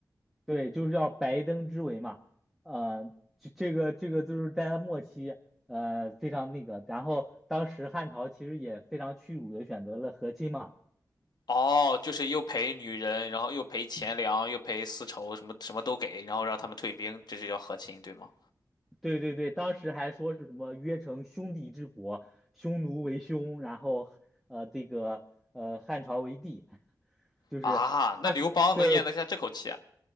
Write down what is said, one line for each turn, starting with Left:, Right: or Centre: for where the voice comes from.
Centre: 对，就是要白登之围嘛，呃，这这个这个就是在末期。呃，非常那个，然后当时汉朝其实也非常屈辱的选择了和亲嘛，
Left: 哦，就是又赔女人，然后又赔钱粮，又赔丝绸，什么什么都给，然后让他们退兵，这就叫和亲，对吗？
Centre: 对对对，当时还说是什么约成兄弟之国，匈奴为兄，然后呃这个呃汉朝为帝，<laughs> 就是他对
Left: 啊，那刘邦能咽得下这口气啊，